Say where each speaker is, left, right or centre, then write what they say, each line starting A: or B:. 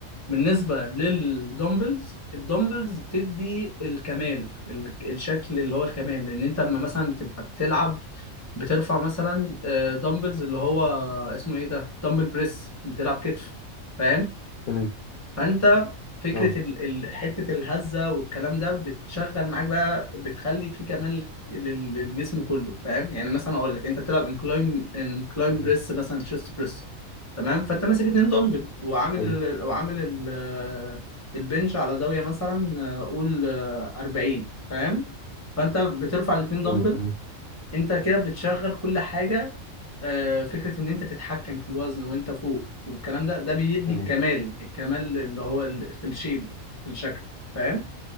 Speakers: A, on the left (about 15°); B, on the left (about 55°).
A: بالنسبة للدمبلز الدمبلز بتدي الكمال ال- الشكل اللي هو الكمال لأن أنت أما مثلا بتبقى بتلعب بترفع مثلا آه، دمبلز اللي هو اسمه إيه ده دمبل بريس بتلعب كتف فاهم؟
B: تمام
A: فانت فكره
B: اه
A: ال... ال... حته الهزه والكلام ده بتشغل معاك بقى بتخلي في كمال لل- للجسم كله فاهم يعني مثلا اقول لك انت بتلعب انكلاين انكلاين
B: تمام
A: بريس مثلا تشيست بريس تمام فانت ماسك اتنين دمبل وعامل
B: حلو
A: وعامل ال... البنش على زاويه مثلا آه، قول آه، 40 فاهم فانت بترفع الاتنين دمبل
B: حلو تمام
A: انت كده بتشغل كل حاجه آه، فكرة إن أنت تتحكم في الوزن وأنت فوق والكلام ده ده بيدي
B: تمام
A: الكمال الكمال اللي هو ال- في الشيب في الشكل فاهم؟